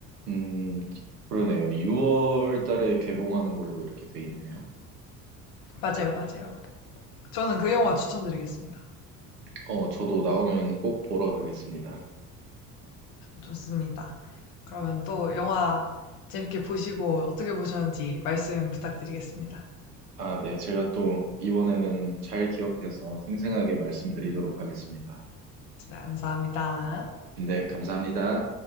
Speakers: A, on the right; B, on the left.
A: 음, 그러네요. 6월 달에 개봉하는 걸로 이렇게 돼 있네요.
B: 맞아요, 맞아요. 저는 그 영화
A: 음,
B: 추천드리겠습니다.
A: 어, 저도 나오면 꼭 보러 가겠습니다.
B: 좋습니다. 그러면 또 영화 재밌게 보시고 어떻게 보셨는지 말씀 부탁드리겠습니다.
A: 아, 네. 제가 또 이번에는 잘 기억해서 생생하게 말씀드리도록 하겠습니다.
B: 네, 감사합니다.
A: 네, 감사합니다.